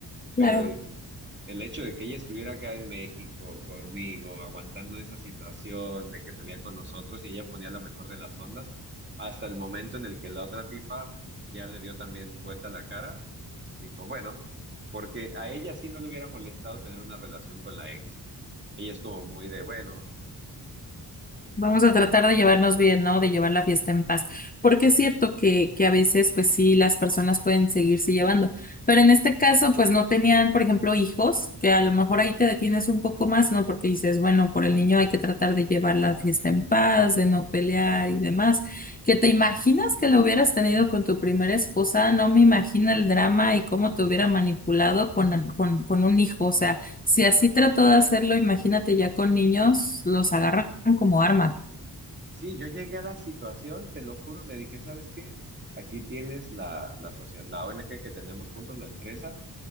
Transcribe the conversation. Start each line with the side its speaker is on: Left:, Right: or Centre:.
Left: Claro.
Right: pero el, el hecho de que ella estuviera acá en México conmigo, aguantando esa situación de que salía con nosotros y ella ponía la mejor de las ondas, hasta el momento en el que la otra tipa ya le dio también vuelta la cara, dijo, bueno, porque a ella sí no le hubiera molestado tener una relación con la ex. Ella es como muy de, bueno,
Left: Vamos a tratar de llevarnos bien, ¿no? De llevar la fiesta en paz. Porque es cierto que, que a veces, pues sí, las personas pueden seguirse llevando. Pero en este caso, pues no tenían, por ejemplo, hijos, que a lo mejor ahí te detienes un poco más, ¿no? Porque dices, bueno, por el niño hay que tratar de llevar la fiesta en paz, de no pelear y demás. ¿Que te imaginas que lo hubieras tenido con tu primera esposa? No me imagino el drama y cómo te hubiera manipulado con, con, con un hijo. O sea, si así trató de hacerlo, imagínate ya con niños, los agarran como arma.
Right: Sí, yo llegué a la situación, te lo juro, le dije, ¿sabes qué? Aquí tienes la, la sociedad, la ONG que tenemos juntos, la empresa,